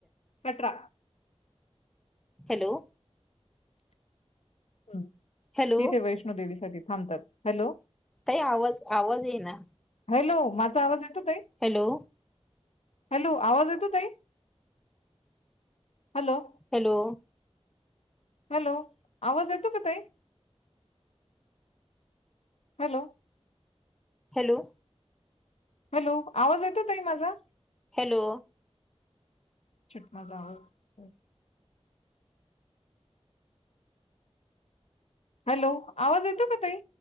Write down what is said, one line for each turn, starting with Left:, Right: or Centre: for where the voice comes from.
Left: कटरा
Centre: हॅलो
Left: हम्म
Centre: हॅलो
Left: तिथे वैष्णो देेवीसाठी थांबतात. हॅलो
Centre: ताई आवाज आवाज येईना.
Left: हॅलो माझा आवाज येतो ताई
Centre: हॅलो
Left: हॅलो आवाज येतो ताई. हॅलो
Centre: हॅलो
Left: हॅलो आवाज येतो का ताई. हॅलो
Centre: हॅलो
Left: हॅलो आवाज येतो ताई माझा.
Centre: हॅलो
Left: छट माझा आवाज हॅलो आवाज येतो का ताई.